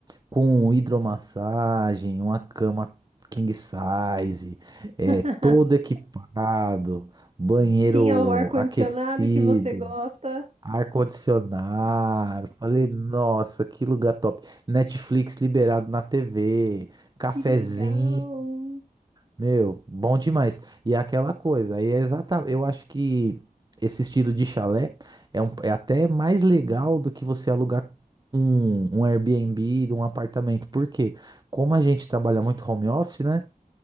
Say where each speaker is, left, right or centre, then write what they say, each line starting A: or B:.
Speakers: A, on the right; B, on the right.
A: com hidromassagem, uma cama king size, é,
B: <laughs>
A: todo equipado, banheiro
B: Tinha o ar-condicionado
A: aquecido,
B: que você gosta.
A: ar-condicionado. Falei, nossa, que lugar top. Netflix liberado na TV, cafezinho.
B: Que legal.
A: Meu, bom demais. E é aquela coisa, aí é exatamente, eu acho que esse estilo de chalé é, um- é até mais legal do que você alugar um, um Airbnb de um apartamento. Por quê? Como a gente trabalha muito home office, né?